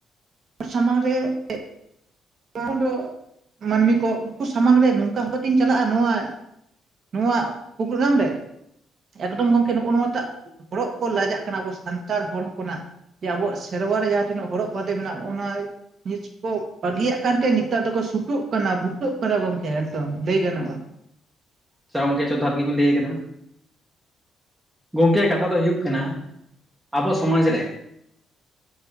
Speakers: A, on the right (about 40°); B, in the centre.
A: ᱥᱟᱢᱟᱝ ᱨᱮ <unintelligible> <unintelligible> ᱫᱚ ᱢᱟᱹᱱᱢᱤ ᱠᱚ ᱩᱱᱠᱩ ᱥᱟᱢᱟᱝ ᱨᱮ ᱱᱚᱝᱠᱟ <unintelligible> ᱪᱟᱞᱟᱜᱼᱟ ᱱᱚᱣᱟ ᱱᱚᱣᱟ ᱯᱨᱳᱜᱨᱟᱢ ᱨᱮ ᱮᱠᱫᱚᱢ ᱜᱚᱝᱠᱮ ᱱᱚᱜ-ᱚ ᱱᱚᱣᱟᱴᱟᱜ ᱦᱚᱨᱚᱜ ᱠᱚ ᱞᱟᱡᱟᱜ ᱠᱟᱱᱟ ᱟᱵᱚ ᱥᱟᱱᱛᱟᱲ ᱦᱚᱲ ᱦᱚᱯᱚᱱᱟᱜ ᱡᱮ ᱟᱵᱚᱣᱟᱜ ᱥᱮᱨᱣᱟᱟᱨ ᱨᱮ ᱡᱟᱦᱟᱸ ᱛᱤᱱᱟᱹᱜ ᱦᱚᱨᱚᱜ ᱵᱟᱸᱫᱮ ᱢᱮᱱᱟᱜ-ᱟ ᱚᱱᱟ ᱱᱤᱥ ᱠᱚ ᱵᱟᱹᱜᱤᱭᱟᱜ ᱠᱟᱱᱛᱮ ᱱᱮᱛᱟᱨ ᱫᱚᱠᱚ ᱥᱩᱴᱚᱜ ᱠᱟᱱᱟ ᱵᱩᱴᱚᱹᱜ ᱠᱟᱱᱟ ᱜᱚᱝᱠᱮ ᱮᱠᱫᱚᱢ ᱞᱟᱹᱭ ᱜᱟᱱᱚᱜ-ᱟ
B: ᱥᱮ ᱜᱚᱢᱠᱮ ᱪᱚᱫᱷᱟᱛ ᱜᱮᱵᱤᱱ ᱞᱟᱹᱭ ᱟᱠᱟᱫᱟ ᱜᱚᱢᱠᱮᱭᱟᱜ ᱠᱟᱛᱷᱟ ᱫᱚ ᱦᱩᱭᱩᱜ ᱠᱟᱱᱟ ᱟᱵᱚ ᱥᱚᱢᱟᱡᱽ ᱨᱮ